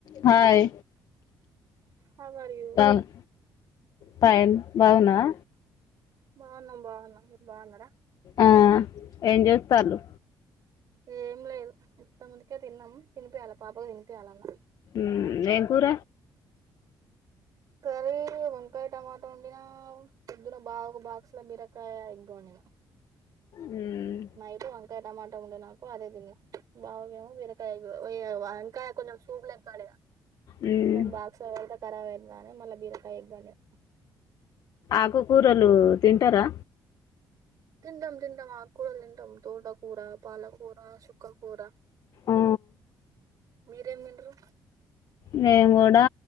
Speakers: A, on the left; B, on the right.
A: Hi
B: అ మరియూ
A: బా- ఫైన్ బాగున్నావా
B: బాగున్నాం బాగున్నాం మీరు బాగున్నారా
A: ఆ ఏం చేూస్తాల్లూ
B: ఏం లేదు ఇంత ముందుకే తిన్నాము తినిపయాలి పాపకు తినిపయాలన్న
A: ఊ ఏం కూర
B: కర్రీ వంకాయ టమాటా వండినా పొద్దున బాగా ఒక బాక్సుల బీరకాయ ఎగ్ వండినా
A: మ్,
B: మైడు వంకాయ టమాట ఉండే నాకు అదే తిన్న బావేమో వరకాయ ఇంకా కొంచెం చూపులేం కాడద
A: మ్,
B: బాగస త కరాబ్ అయిద్దానే మళ్ళా బీరకాయ ఎగ్గానే
A: ఆకు కూరలు తింటారా
B: తింటం తింటం ఆకు కూరలు తింటం తోట కూర, పాలకూర, సుక్క కూర
A: ఆ,
B: మీరేం తింటరు
A: మేము కూడా